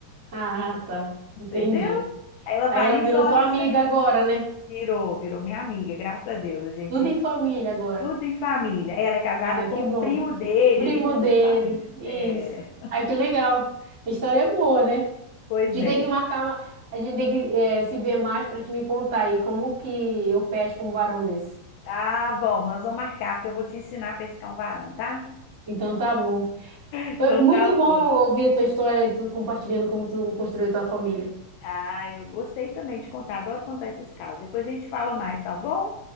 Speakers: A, on the right; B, on the left.
A: Ah, tá.
B: Entendeu?
A: Entendi.
B: Aí Ela
A: Aí
B: vai
A: ela
B: e me
A: virou
B: joga
A: tua
B: isso
A: amiga
B: aí.
A: agora, né?
B: Virou, virou minha amiga, graças a Deus. A gente,
A: Tudo em família agora.
B: tudo em família. Ela é casada
A: Ai,
B: com
A: que
B: o
A: bom.
B: primo dele,
A: Primo
B: a gente é tudo
A: dele.
B: família.
A: Isso.
B: É,
A: Ai, que legal. A história é boa, né?
B: pois
A: A gente
B: é.
A: tem que marcar uma. A gente tem que eh, se ver mais pra te me contar aí como que eu pesco um varão desse.
B: Ah, bom, nós vamos marcar, porque eu vou te ensinar a pescar um varão, tá?
A: Então tá bom.
B: Então
A: Foi muito
B: tá bom.
A: bom ouvir a tua história e tu compartilhando como tu construiu a tua família.
B: Ah, eu gostei também de contar, adoro contar esses casos. Depois a gente fala mais, tá bom?